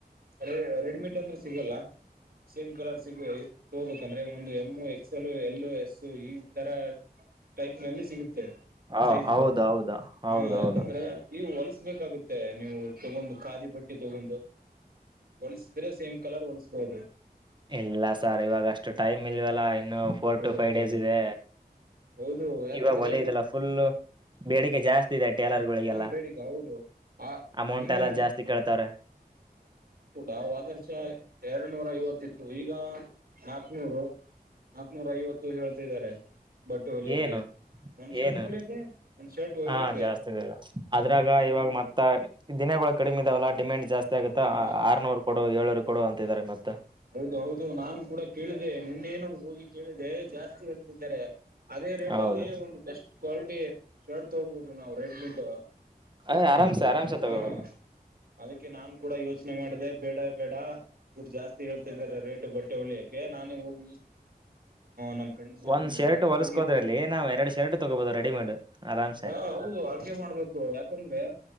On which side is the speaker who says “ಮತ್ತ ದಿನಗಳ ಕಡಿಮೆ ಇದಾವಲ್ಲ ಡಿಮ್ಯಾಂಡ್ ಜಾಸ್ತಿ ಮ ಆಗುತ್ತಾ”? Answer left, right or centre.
Right